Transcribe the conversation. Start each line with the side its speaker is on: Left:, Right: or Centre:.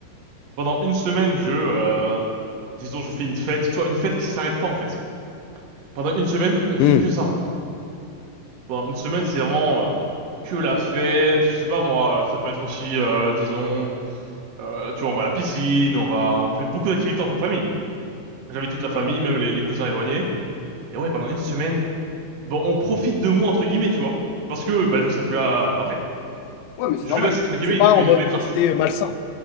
Right: Pendant une semaine, je euh, disons je fais une fête, tu vois, une fête qui s'arrête pas en fait. Pendant une semaine, on fait
Left: Hmm.
Right: que ça. Bon, une semaine, c'est vraiment euh, que la fête. Je sais pas moi, euh, ça peut être aussi, euh, disons, euh, tu vois, on va à la piscine, on va, on fait beaucoup d'activités entre familles. J'invite toute la
Left: Ok,
Right: famille,
Left: ouais.
Right: même les, les cousins éloignés. Et ouais, pendant une semaine, bon, on profite de moi entre guillemets, tu vois, parce que bah je serai plus là euh, après.
Left: Ouais, mais c'est
Right: Je
Left: normal.
Right: laisse entre guillemets
Left: C'est
Right: une,
Left: pas en
Right: une
Left: mode
Right: vraie trace.
Left: profiter euh, malsain.